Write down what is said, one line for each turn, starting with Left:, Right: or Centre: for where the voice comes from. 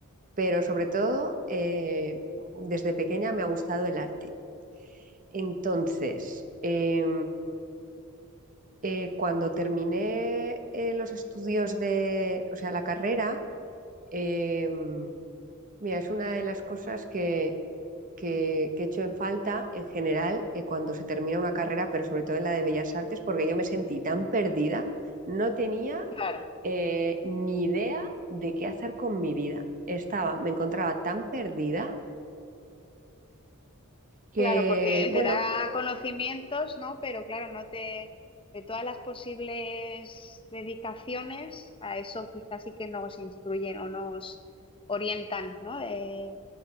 Right: pero sobre todo eh, desde pequeña me ha gustado el arte. Entonces, eh, eh, cuando terminé eh, los estudios de, o sea, la carrera, em, mira, es una de las cosas que, que, que echo en falta en general eh, cuando se termina una carrera, pero sobre todo en la de Bellas Artes, porque yo me sentí tan perdida, no tenía
Left: Claro,
Right: eh, ni idea de qué hacer con mi vida. Estaba, me encontraba tan perdida que,
Left: claro, porque
Right: bueno,
Left: te da conocimientos, ¿no? Pero claro, no te, de todas las posibles dedicaciones, a eso quizás sí que nos instruyen o nos orientan, ¿no? Eh,